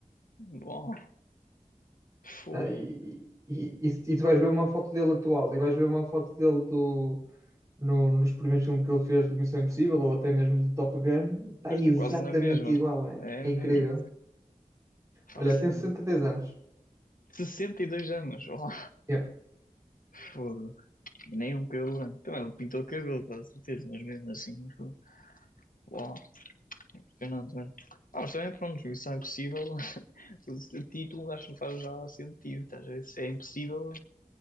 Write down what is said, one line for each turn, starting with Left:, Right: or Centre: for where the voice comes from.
Left: Bom, fogo.
Right: Ah, e, e, e, e tu vais ver uma foto dele atual e vais ver uma foto dele do, no, nos primeiros filmes que ele fez de Missão Impossível ou até mesmo do Top Gun. Está
Left: Pois
Right: exatamente
Left: Está quase na mesma.
Right: igual, é,
Left: É
Right: é
Left: mesmo.
Right: incrível.
Left: Faça.
Right: Olha, tem 63 anos.
Left: 62 anos. Oh,
Right: Yeah.
Left: fogo. E nem um cabelo branco. Então ele pintou o cabelo, com certeza, mas mesmo assim. Fogo. Uau, impressionante, mesmo. Ah, mas também, pronto, missão impossível. <laughs> O título acho que não faz já sentido, estás a ver? Se é impossível,